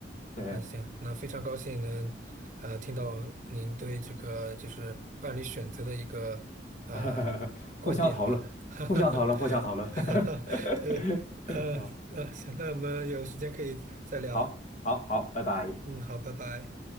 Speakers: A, on the left (about 40°); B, on the right (about 45°).
A: 对，
B: 那行，那非常高兴能，呃，听到您对这个就是伴侣选择的一个呃
A: <laughs>
B: 观点吧，
A: 互相讨论，
B: <laughs> 哈哈哈，
A: 互相讨论，互相讨论。<laughs>
B: 哈哈，对，呃，
A: 好，
B: 那行，那我们有时间可以再聊，
A: 好，好，好，拜拜。
B: 嗯，好，拜拜。